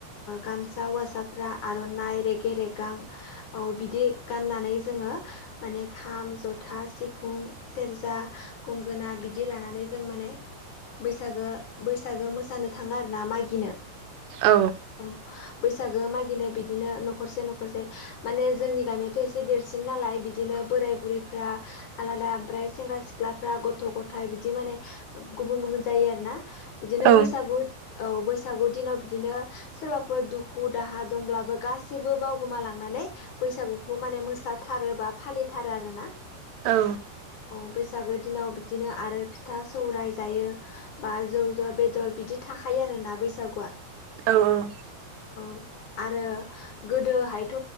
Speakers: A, on the left (about 55°); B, on the right (about 80°).
A: गामसा हौवासाफ्रा आरनाइ रेगे रेगां औ बिदि गाननानै जोंङो माने खाम जथा सिफुं सेरजा गंगोना बिदि लानानै जों माने बैसागो बैसागो मोसानो थांङा आरोना मागिनो
B: औ
A: औ बैसागो मागिनाय बिदिनो न'खरसे न'खरसे माने जोंनि गामियाथ एसे देरसिन नालाय बिदिनो बोराय बुरैफ्रा आलादा ओमफ्राय सेंग्रा सिख्लाफ्रा गथ' गथायाइ बिदि माने गुबुन गुबुन जायो आरो ना बिदिनो
B: औ
A: बैसागु औ बैसागु दिनाव बिदिनो सोरबाफोर दुखु दाहा दंब्लाबो गासैबो बावगोमा लांनानै बैसागुखौ माने मोसााथारो बा फालिथारो आरोना
B: औ
A: औ बैसागो दिनाव बिदिनो आरो फिथा सौराइ जायो। बा जौ ज बेदर बिदि थाखायो आरोना बैसागुआ
B: औ औ
A: औ आरो गोदोहायथ'